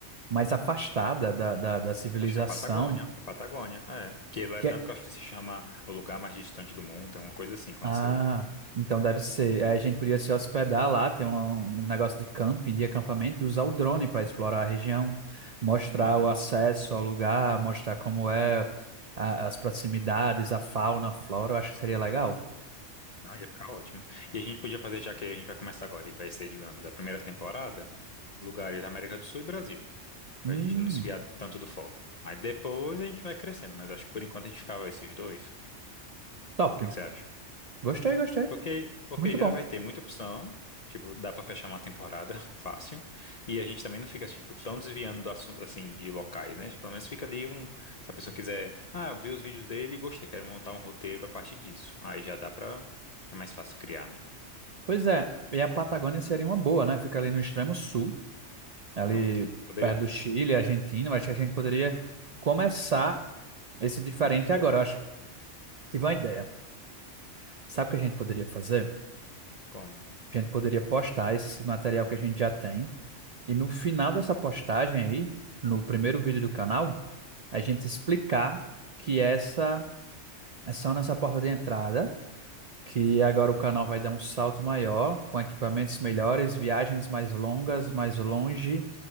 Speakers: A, on the right; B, on the left.
A: mais afastada da, da, da civilização.
B: Acho que é a Patagônia, a Patagônia, é. Que lá
A: Que
B: é tanto
A: é-
B: que eu acho que se chama o lugar mais distante do mundo, é uma coisa assim, quando
A: Ah,
B: você...
A: então deve ser. Aí a gente podia se hospedar lá, ter um, um negócio de camping, de acampamento, e usar o drone para explorar a região, mostrar
B: Uhum.
A: o acesso ao lugar, mostrar como é a- as proximidades, a fauna, a flora. Eu acho que seria legal.
B: Não, ia ficar ótimo. E a gente podia fazer, já que a gente vai começar agora, e vai ser, digamos, a primeira temporada, lugares da América do Sul e Brasil,
A: Hum,
B: pra gente não desviar tanto do foco. Aí depois a gente vai crescendo, mas acho que por enquanto a gente ficava esses dois. O
A: top.
B: que que você acha?
A: Gostei, gostei.
B: Porque, porque
A: Muito
B: já
A: bom.
B: vai ter muita opção, tipo, dá pra fechar uma temporada <laughs> fácil, e a gente também não fica, tipo, tão desviando do assunto, assim, de locais, né? Tipo, Pelo menos fica ali um, se a pessoa quiser, ah, eu vi os vídeos dele e gostei, quero montar um roteiro a partir disso. Aí já dá pra, é mais fácil criar, né?
A: Pois é. E a Patagônia seria uma boa, né? Fica ali no extremo sul. ali
B: Pronto, poderia,
A: perto do Chile, Argentina, mas acho que a gente poderia começar esse diferente
B: vou
A: agora.
B: lá,
A: Eu acho, tive uma ideia. Sabe o que a gente poderia fazer?
B: como?
A: A gente poderia postar esse material que a gente já tem e no final dessa postagem aí, no primeiro vídeo do canal, a gente explicar que essa é só nossa porta de entrada, que agora o canal vai dar um salto maior, com equipamentos melhores, viagens mais longas, mais longe